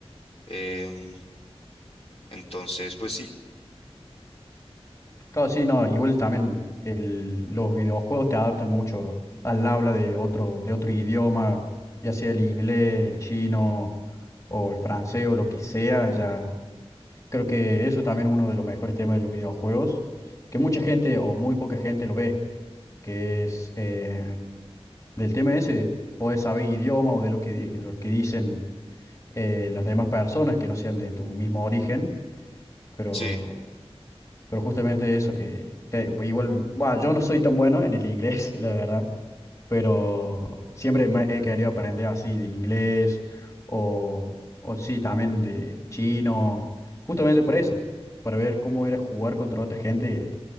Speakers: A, on the left (about 65°); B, on the left (about 30°).
A: em, entonces, pues sí,
B: Claro, sí, no, igual también el- los videojuegos te adaptan mucho al habla de otro, de otro idioma, ya sea el inglés, el chino o el francés o lo que sea, ya creo que eso también es uno de los mejores temas de los videojuegos, que mucha gente o muy poca gente lo ve, que es eh, del tema ese, podés saber idioma o de lo que, lo que dicen eh, las demás personas que no sean de tu mismo origen, pero
A: Sí,
B: Pero justamente eso que te- igual, bah, yo no soy tan bueno en el inglés, <laughs> la verdad, pero siempre me he querido aprender así de inglés o, o sí, también de chino, justamente por eso, para ver cómo era jugar contra otra gente